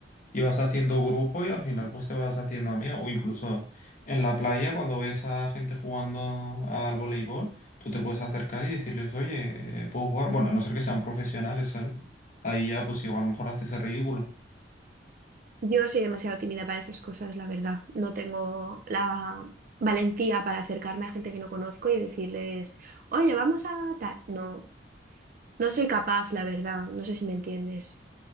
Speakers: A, on the left; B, on the right.
A: y vas haciendo grupo y al final pues te vas haciendo amigo O incluso en la playa cuando ves a gente jugando al voleibol, tú te puedes acercar y decirles, oye, eh, ¿puedo jugar? Bueno, a no ser que sean profesionales, ¿sabes? Ahí ya pues igual a lo mejor haces el ridículo.
B: Yo soy demasiado tímida para esas cosas, la verdad. No tengo la valentía para acercarme a gente que no conozco y decirles, oye, vamos a tal. No, no soy capaz, la verdad. No sé si me entiendes.